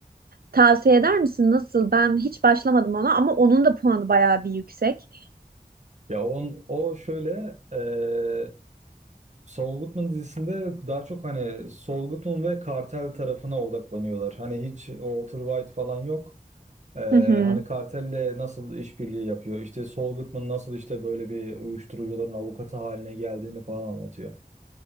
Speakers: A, on the right; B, on the right.
A: Tavsiye eder misin? Nasıl? Ben hiç başlamadım ona ama onun da puanı bayağı bir yüksek.
B: Ya on, o şöyle e, Saul Goodman dizisinde daha çok hani Saul Goodman ve kartel tarafına odaklanıyorlar. Hani hiç Walter White falan yok. Ee,
A: Hı hı.
B: hani kartelle nasıl işbirliği yapıyor? İşte Saul Goodman nasıl işte böyle bir uyuşturucuların avukatı haline geldiğini falan anlatıyor.